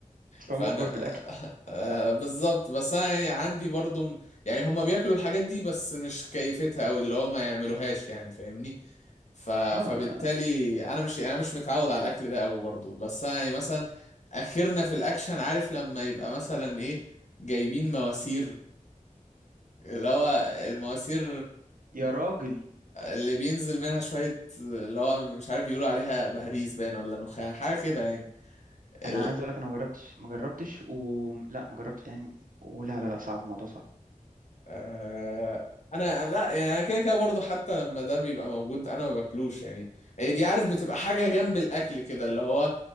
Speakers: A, on the right (about 90°); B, on the left (about 60°).
A: فمجبر
B: فانا
A: بالاكل
B: <laughs> آه بالظبط بس انا يعني عندي برضو م- يعني هما بياكلوا الحاجات دي بس مش كيفتها او اللي هو ما يعملوهاش يعني فاهمني ف... فبالتالي
A: اه
B: انا مش يعني انا مش متعود على الاكل ده قوي برضو بس انا يعني مثلا اخرنا في الاكشن عارف لما يبقى مثلا ايه جايبين مواسير اللي هو المواسير
A: يا راجل
B: اللي بينزل منها شوية اللي هو مش عارف بيقولوا عليها بهاريز باين ولا نخاع حاجة كده يعني ال...
A: انا عايز اقول لك انا ما جربتش ما جربتش ولا ما جربتش يعني ولا لا لا صعب الموضوع صعب
B: آه... أنا لا يعني أنا كده كده برضه حتى لما ده بيبقى موجود أنا ما باكلوش يعني هي دي عارف بتبقى حاجة جنب الأكل كده اللي هو